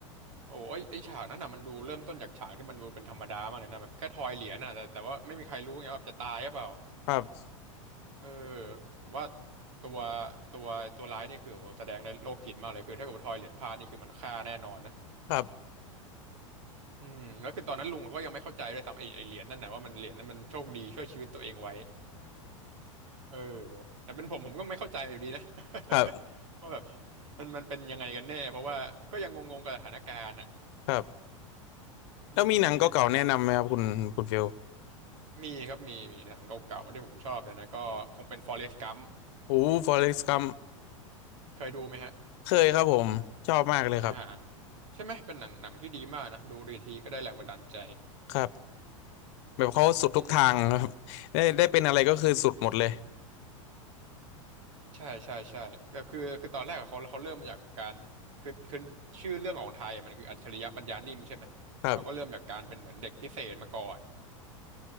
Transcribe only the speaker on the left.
ครับ
ครับ
<laughs> ครับ
ครับ
แล้วมีหนังเก่าๆแนะนำไหมครับคุณคุณฟิล
โอ้ฟอเร็กซ์กัม
เคยครับผมชอบมากเลยครับ
ครับแบบเขาสุดทุกทางครับ
<laughs> ได้ได้เป็นอะไรก็คือสุดหมดเลย
ครับ